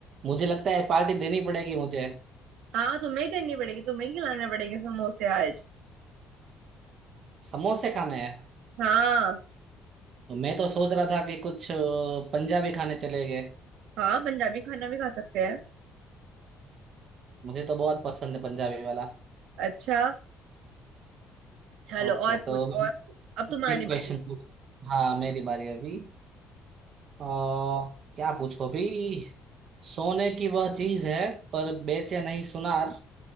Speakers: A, on the right; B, on the right.
A: मुझे लगता है पार्टी देनी पड़ेगी मुझे
B: हाँ तुम्हें ही देनी पड़ेगी तुम्हें ही खिलाने पड़ेंगे समोसे आज
A: समोसे खाने हैं
B: हाँ
A: मैं तो सोच रहा था कि कुछ अ, पंजाबी खाने चले गए
B: हाँ पंजाबी खाना भी खा सकते हैं
A: मुझे तो बहुत पसंद है पंजाबी वाला
B: अच्छा चलो
A: ओके
B: और पूछ
A: तो
B: और पूछ। अब तुम्हारी
A: बिग
B: बारी
A: क्वेश्चन पूछ हाँ मेरी बारी अभी अ, क्या पूछो भी सोने की वह चीज है पर बेचे नहीं सुनार